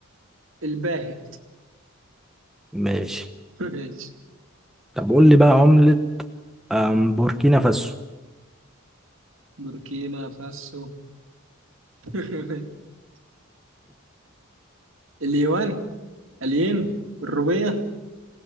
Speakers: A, on the right (about 65°); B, in the centre.
A: الباهت
B: ماشي
A: <laughs> ماشي
B: طب قول لي بقى عملة أم، بوركينا فاسو
A: بوركينا فاسو <laughs> اليوان الين الروبيه